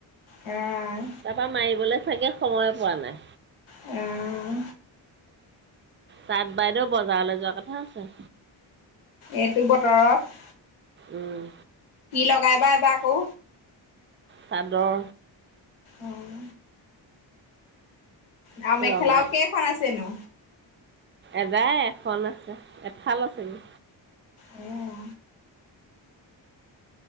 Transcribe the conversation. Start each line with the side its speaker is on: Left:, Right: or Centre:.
Left: উম।
Right: তাৰপৰা মাৰিবলৈ চাগে সময়ে পোৱা নাই।
Left: উম।
Right: তাত বাইদেউ বজাৰলৈ যোৱা কথা আছে।
Left: এইটো বতৰত।
Right: উম।
Left: লগাই
Right: কি
Left: বা
Right: লগ।
Left: এইবাৰ আকৌ
Right: চাদৰ।
Left: উম। আৰু মেখেলাও
Right: ৰঙা
Left: কেইখন আছেনো?
Right: এদাই এখন আছে এফাল আছেগে।
Left: উম।